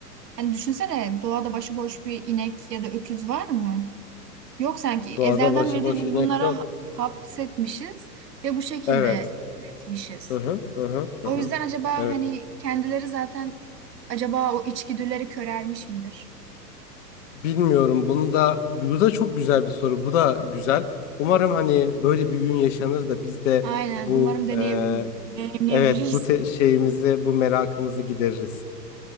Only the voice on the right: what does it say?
Hani düşünsene doğada başıboş bir inek ya da öküz var mı? Yok sanki ezelden
beridir biz
bunlara
ha- hapsetmişiz ve bu şekilde
üretmişiz.
O
yüzden acaba
hani kendileri zaten acaba o içgüdüleri körelmiş midir?
Aynen
umarım deneyimleyebiliriz.